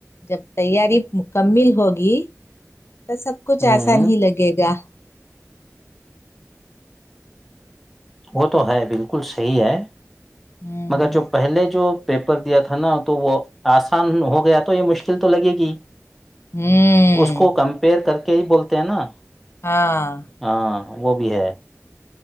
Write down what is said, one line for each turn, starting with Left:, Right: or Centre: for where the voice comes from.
Left: جب تیاری مکمل ہوگی تو سب کچھ
Centre: ہوں
Left: آسان ہی لگے گا
Centre: وہ تو ہے بالکل صحی ہے
Left: ہوں
Centre: مگر جو پہلے جو پیپر دیا تھا نا تو وہ آسان ہو گیا تو یہ مشکل تو لگے گی
Left: ہوں
Centre: اس کو کمپیئر کرتے کہ ہی بولتے ہیں نا
Left: ہاں
Centre: ہاں وہ بھی ہے